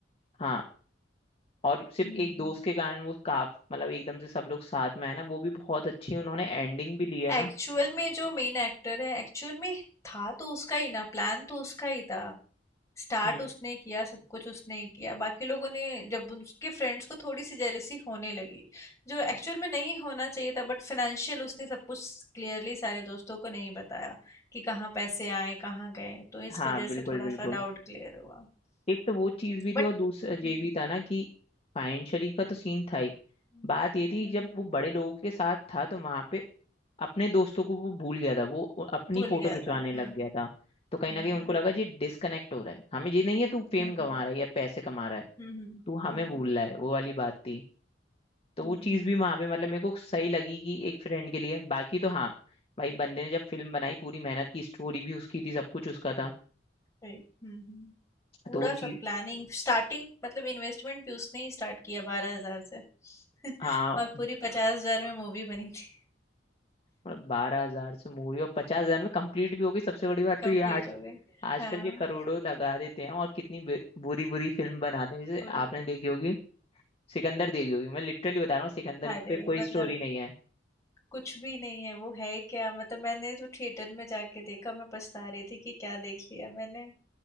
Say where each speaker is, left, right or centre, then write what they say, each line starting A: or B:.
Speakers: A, on the left; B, on the left.
A: हाँ और सिर्फ
B: हम्म।
A: एक दोस्त के कारण वो काफ मतलब एकदम से सब लोग साथ में आए ना वो भी बहुत अच्छी उन्होंने एंडिंग भी ली है
B: एक्चुअल
A: ना
B: में जो मेन एक्टर है एक्चुअल में था तो उसका ही ना प्लान तो उसका ही था स्टार्ट
A: हम्म
B: उसने किया सब कुछ उसने ही किया बाकी लोगों ने जब उसके फ्रेंड्स को थोड़ी सी जेलेसी होने लगी जो एक्चुअल में नहीं होना चाहिए था बट फाइनेंशियल उसने सब कुछ क्लियरली सारे दोस्तों को नहीं बताया कि कहाँ पैसे आए कहाँ गए तो इस
A: हाँ
B: वजह से
A: बिल्कुल
B: थोड़ा
A: बिल्कुल
B: सा डाउट क्लियर हुआ
A: एक तो वो चीज भी थी
B: बट
A: और दूसरा
B: हम्म
A: ये भी था ना कि फाइनेंशियली का तो सीन था ही
B: हम्म,
A: बात ये थी
B: हम्म,
A: जब वो बड़े लोगों के साथ था तो वहां पे अपने दोस्तों को वो भूल गया था वो अपनी
B: भूल
A: फोटो
B: गया
A: खिंचवाने
B: था हम्म
A: लग गया था तो कहीं
B: हम्म
A: ना कहीं उनको लगा जी डिस्कनेक्ट हो रहा है हमें ये नहीं है तू फेम
B: हम्म
A: कमा
B: हम्म
A: रहा है या पैसे कमा रहा है
B: हम्म हम्म
A: तू हमें भूल
B: हम्म
A: रहा है वो वाली बात थी तो
B: हम्म,
A: वो
B: हम्म,
A: चीज भी वहां पे मतलब मेरे को सही लगी कि एक फ्रेंड के लिए बाकी तो हाँ भाई बंदे ने जब फिल्म बनाई पूरी मेहनत की स्टोरी भी उसकी थी सब कुछ उसका था
B: सही, हम्म, हम्म। पूरा
A: तो वो
B: सब
A: चीज
B: प्लानिंग स्टार्टिंग मतलब इन्वेस्टमेंट भी उसने ही स्टार्ट किया बारह हजार से <laughs>
A: हाँ
B: और पूरी पचास हजार में मूवी बनी थी
A: मतलब बारह हजार से मूवी और पचास हजार में कंप्लीट भी हो गई सबसे बड़ी बात
B: कंप्लीट
A: तो ये आज
B: हो गई
A: आजकल
B: हाँ
A: ये करोड़ों लगा देते हैं और कितनी बे- बुरी बुरी फिल्म बनाते हैं जैसे
B: पूरी
A: आपने देखी होगी सिकंदर देखी होगी मैं लिटरली बता रहा हूँ सिकंदर
B: अरे
A: पे कोई
B: मतलब
A: स्टोरी नहीं है
B: कुछ भी नहीं है वो है क्या मतलब मैंने तो थिएटर में जाके देखा मैं पछता रही थी कि क्या देख लिया मैंने